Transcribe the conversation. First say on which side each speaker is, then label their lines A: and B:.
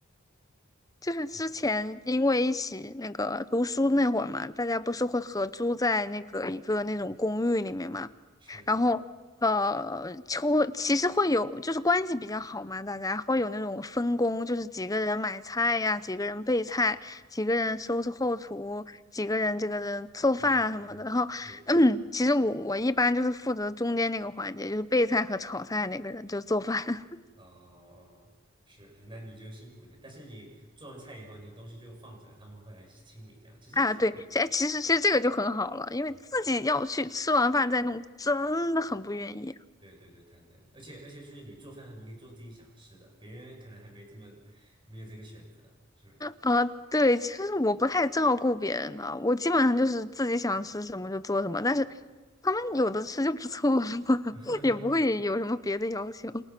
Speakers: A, on the left; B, on the right.
A: 就是之前因为一起那个读书那会儿嘛，
B: 对，
A: 大家不是会合租在那个一个那种公寓里面嘛，
B: 是，
A: 然后呃，就会其实会有就是关系比较好嘛，大家会有那种分工，就是几个人买菜呀，几个人备菜，几个人收拾后厨，几个人这个人做饭啊什么的。
B: 嗯哼嗯哼是。
A: 然后，嗯，其实我我一般就是负责中间那个环节，就是备菜和炒菜那个人，就做饭。<laughs>
B: 哦，是是，那你就辛苦一点。但是你做完菜以后，你东西就放着，他们会来清理。这样其实其实也可以。
A: 啊，对，其哎其实其实这个就很好了，因为自己要去吃完饭再弄，
B: 嗯
A: 真的很不愿意。
B: 对对对，太累了。而且而且就是你做饭，你可以做自己想吃的，别人可能还没这么没有这个选择，是不是？
A: 啊，对，其实我不太照顾别人的，我基本上就是自己想吃什么就做什么，但是他们有的吃就不错了，<laughs>
B: <laughs>
A: 也不会有什么别的要求。